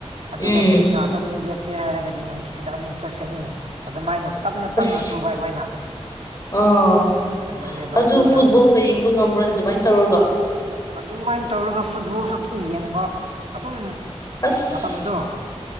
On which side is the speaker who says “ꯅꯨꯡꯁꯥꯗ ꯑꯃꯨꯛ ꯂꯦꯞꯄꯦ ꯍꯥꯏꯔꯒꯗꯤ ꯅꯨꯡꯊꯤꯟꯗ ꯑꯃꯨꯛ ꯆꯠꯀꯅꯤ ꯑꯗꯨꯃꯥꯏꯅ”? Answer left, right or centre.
Right